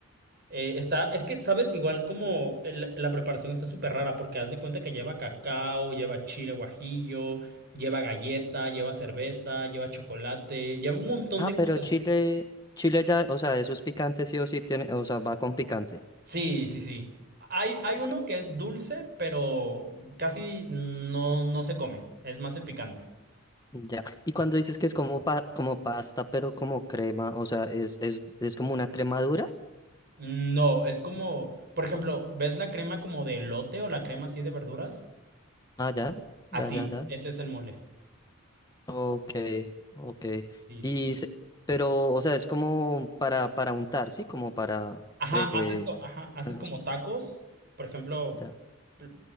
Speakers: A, on the right; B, on the left.
A: eh, está, es que, ¿sabes? Igual como el- la preparación está súper rara, porque haz de cuenta que lleva cacao, lleva chile guajillo, lleva galleta, lleva cerveza, lleva chocolate, lleva un montón
B: Ah,
A: de
B: pero
A: cosas.
B: Chile, Chile ya, o sea, eso es picante sí o sí tiene, o sea, va con picante.
A: Sí, sí, sí. Hay, hay
B: Es
A: uno
B: que,
A: que es dulce, pero casi no, no se come. Es más el picante.
B: ya. Y cuando dices que es como pa- como pasta, pero como crema, o sea, es, es, es como una cremadura.
A: No, es como, por ejemplo, ¿ves la crema como de elote o la crema así de verduras?
B: Ah, ya,
A: Así,
B: ya, ya, ya.
A: ese es el mole.
B: Ok, ok.
A: Sí, sí,
B: Y
A: sí.
B: se- pero, o sea, es como para, para untar, ¿sí? Como para
A: Ajá,
B: fre-
A: haces,
B: eh,
A: co- ajá, haces
B: los,
A: como tacos, por ejemplo,
B: ya.
A: l-